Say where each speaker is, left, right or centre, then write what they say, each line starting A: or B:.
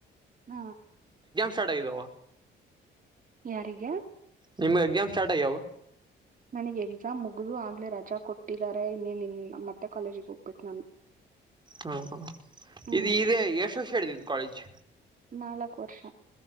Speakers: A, on the right; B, on the right.
A: ಹ್ಮ
B: ಹೆಡೈದ
A: ಯಾರಿಗೆ
B: ನಿಮ್ಗೆ ಎಕ್ಸಾಮ್ ಸ್ಟಾರ್ಟ್ಯ್ಯವು
A: ನನಗ್ ಎಕ್ಸಾಮ್ ಮುಗ್ದ ಆಗ್ಲೇ ರಜಾ ಕೊಟ್ಟಿದ್ದಾರೆ ಇನ್ನ ಇನ್ ಮತ್ತೆ ಕಾಲೇಜಿಗೆ ಹೋಗ್ಬೇಕೇು ನಾನು
B: ಹಾ
A: ಹ್ಮ್
B: ಇದು ಇೇ ಎಶುಷ ಹಡಿದದು ಕಾಲೇಜ್
A: ನಾಲ್ಕು ವರ್ಷ